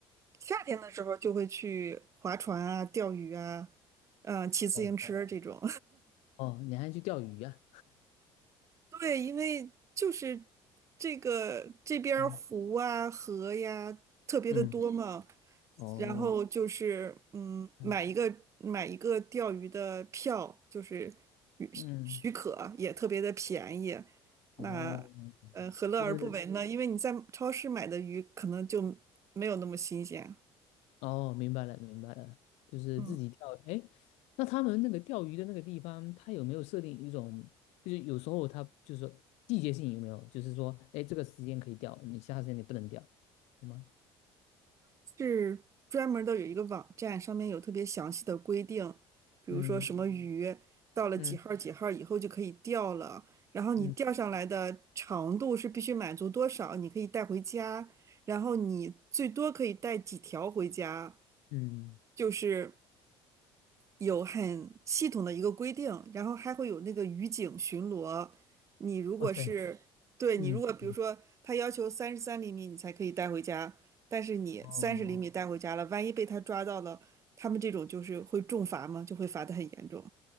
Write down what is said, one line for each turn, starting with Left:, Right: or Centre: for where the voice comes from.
Right: 夏天的时候就会去划船啊、钓鱼啊，嗯、骑自行车这种。
Left: 哦哦，你还去钓鱼呀、
Right: <laughs> 对，因为就是这个这边儿湖啊、
Left: 嗯
Right: 河呀特别的多嗯嘛，
Left: 嗯，哦，
Right: 然后就是嗯，
Left: 嗯
Right: 买一个买一个钓鱼的票，就是许许可也特别的便宜。
Left: 嗯，哦，
Right: 那呃，何乐而不为呢？
Left: 就是
Right: 因为你在超市买的鱼可能就没有那么新鲜。
Left: 哦，明白了明白了，就是自己钓。
Right: 嗯。
Left: 哎，那他们那个钓鱼的那个地方，他有没有设定一种，就是有时候他就是说季节性有没有，就是说，哎，这个时间可以钓，你其他时间你不能钓，有吗？
Right: 是专门的有一个网站，上面有特别详细的规定，比如说什么鱼到了几号儿几号儿以后就可以钓了，
Left: 嗯嗯
Right: 然后你钓上来的长度是必须满足多少，
Left: 嗯
Right: 你可以带回家，然后你最多可以带几条回家，
Left: 嗯，
Right: 就是。有很系统的一个规定，然后还会有那个渔警巡逻。你如果是，
Left: 哇塞，
Right: 对，
Left: 嗯嗯，
Right: 你如果比嗯如说他要求三十三厘米你才可以带回家，但是你三十厘米哦带回家了，
Left: 哦，
Right: 万一被他抓到了，他们这种就是会重罚嘛，就会罚的很严重。